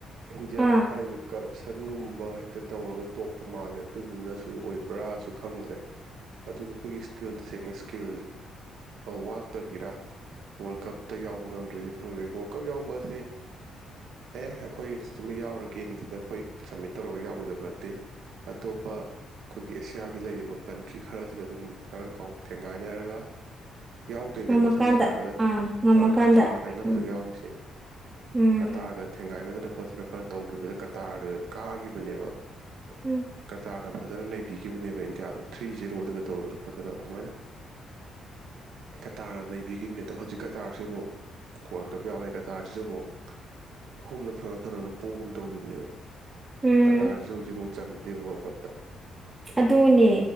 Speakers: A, on the right; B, on the right.
A: ꯏꯟꯗꯤꯌꯥ
B: ꯑꯥ
A: ꯍꯥꯏꯔꯤꯁꯦ ꯀꯔꯞꯕ ꯁꯟꯒꯨꯝꯕ ꯍꯦꯛꯇ ꯇꯧꯔꯒ ꯇꯣꯛꯄ ꯃꯥꯜꯂꯦ ꯑꯗꯨꯗꯨꯅꯁꯨ ꯑꯣꯏꯕ꯭ꯔꯥꯁꯨ ꯈꯪꯗ꯭ꯔꯦ ꯑꯗꯨꯒ ꯑꯩꯈꯣꯏꯒꯤ ꯏꯁꯀꯤꯜ ꯇꯁꯦꯡꯅ ꯏꯁꯀꯤꯜ ꯋꯥꯠꯄꯒꯤꯔ ꯋꯥꯔꯜ ꯀꯞꯇ ꯌꯥꯎꯕ ꯉꯝꯗ꯭ꯔꯔꯤꯁꯦ ꯈꯪꯗ꯭ꯔꯦ ꯋꯥꯔꯜ ꯀꯞ ꯌꯥꯎꯕꯁꯦ ꯑꯦ ꯑꯩꯈꯣꯏ ꯁꯤꯃ ꯌꯥꯎꯔꯒꯅꯦ ꯑꯩꯈꯣꯏ ꯁꯝꯃꯤꯠ ꯇꯧꯔꯒ ꯌꯥꯎꯒꯗꯕ ꯅꯠꯇꯦ ꯑꯇꯣꯞꯄ ꯑꯩꯈꯣꯏꯒꯤ ꯑꯦꯁꯤꯌꯥꯒꯤ ꯂꯩꯔꯤꯕ ꯀꯟꯇ꯭ꯔꯤ ꯈꯔꯁꯤꯒ ꯑꯗꯨꯝ ꯈꯔ ꯀꯥꯎ ꯊꯦꯡꯒꯥꯏꯅꯔꯒ ꯌꯥꯎꯗꯣꯏꯅꯦꯕ
B: ꯉꯝꯃꯀꯥꯟꯗ
A: ꯁꯝꯅ ꯍꯥꯏꯔꯕꯗ
B: ꯑꯥ ꯉꯝꯃꯀꯥꯟꯗ
A: ꯀꯇꯥꯔꯒ ꯍꯥꯏꯅ
B: ꯎꯝ
A: ꯍꯧꯖꯤꯛ ꯌꯥꯎꯔꯤꯁꯦ
B: ꯎꯝ
A: ꯀꯇꯥꯔꯒ ꯊꯦꯡꯒꯥꯏꯅꯗꯅ ꯐꯣꯖꯅ ꯈꯔ ꯇꯧꯈꯤꯕꯗ ꯀꯇꯥꯔꯗ ꯀꯥꯈꯤꯕꯅꯦꯕ
B: ꯎꯝ
A: ꯀꯇꯥꯔꯅ ꯐꯖꯅ ꯅꯩꯕꯤꯈꯤꯕꯅꯦꯕ ꯏꯟꯗꯤꯌꯥꯗꯣ ꯊ꯭ꯔꯤ ꯖꯦꯔꯣꯗꯒ ꯇꯧꯗꯅ ꯈꯣꯠꯇꯅ ꯑꯗꯨꯃꯥꯏꯅ ꯀꯇꯥꯔꯅ ꯅꯕꯤꯈꯤꯕꯅꯤ ꯑꯗꯣ ꯍꯧꯖꯤꯛ ꯀꯇꯥꯔꯁꯤ ꯑꯃꯨꯛ ꯋꯥꯔꯜ ꯀꯞ ꯌꯥꯎꯔꯦ ꯇꯥꯔꯁꯤꯁꯨ ꯑꯃꯨꯛ ꯑꯍꯨꯝꯂꯛ ꯊꯪꯅ ꯊꯪꯅꯅ ꯄꯣꯒꯨꯝ ꯇꯧꯈꯤꯕꯅꯦꯕ
B: ꯎꯝ
A: ꯀꯇꯥꯔꯁꯨ ꯍꯧꯖꯤꯛꯃꯨꯛ ꯆꯟꯗꯦꯕ ꯍꯣꯜꯀꯠꯇ
B: ꯑꯗꯨꯅꯦ